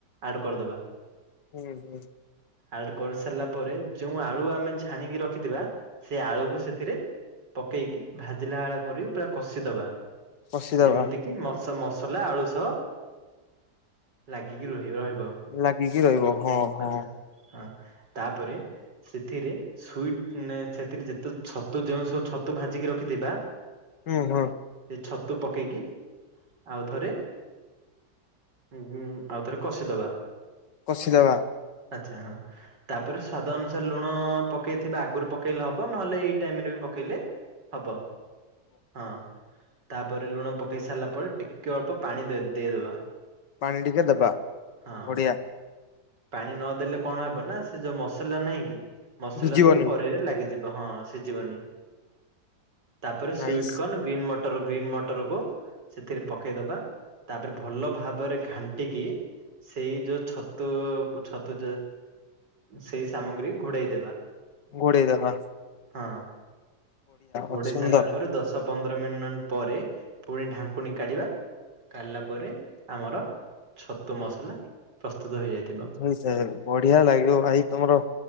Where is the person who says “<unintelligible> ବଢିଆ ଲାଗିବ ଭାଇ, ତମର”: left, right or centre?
Left